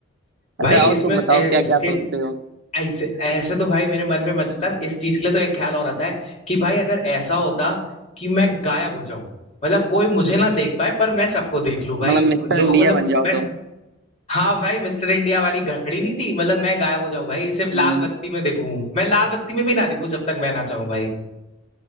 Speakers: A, on the right; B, on the left.
A: अच्छा
B: भाई
A: आओ
B: इसमें
A: तुम बताओ
B: ए,
A: क्या
B: इसके
A: क्या सोचते हो
B: ऐसे ऐसे तो भाई मेरे मन में मतलब इस चीज के लिए तो एक ख्याल और आता है कि भाई अगर ऐसा होता कि मैं गायब हो जाऊं मतलब कोई मुझे ना देख पाए पर मैं सबको देख लूं भाई
A: मतलब मिस्टर
B: लोग
A: इंडिया
B: मतलब
A: बन जाओ
B: मैं
A: तुम
B: हाँ भाई मिस्टर इंडिया वाली घड़ी नहीं थी मतलब मैं गायब हो जाऊं भाई सिर्फ लाल
A: हम्म,
B: बत्ती में देखूं मैं लाल बत्ती में भी ना देखूं जब तक मैं ना चाहूं भाई